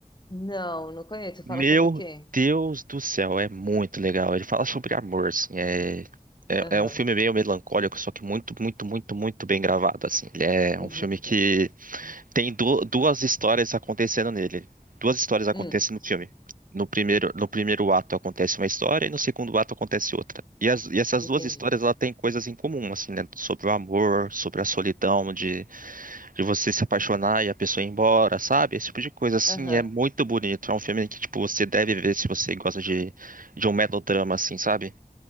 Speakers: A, on the left; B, on the right.
A: Não, não conheço.
B: Meu
A: Fala sobre o quê?
B: Deus do céu, é muito legal. Ele fala sobre amor, assim, é, é,
A: Aham.
B: é um filme meio melancólico, só que muito, muito, muito, muito bem gravado, assim. Ele é
A: Uhum.
B: um filme que tem du- duas histórias acontecendo nele. Duas histórias acontecem
A: Hum,
B: no filme. No primeiro, no primeiro ato acontece uma história e no segundo ato acontece outra. E, as- e essas
A: entendi.
B: duas histórias, ela tem coisas em comum, assim, né? Sobre o amor, sobre a solidão de você se apaixonar e a pessoa ir embora, sabe? Esse tipo de coisa, assim,
A: Aham.
B: é muito bonito. É um filme que, tipo, você deve ver se você gosta de, de um melodrama, assim, sabe?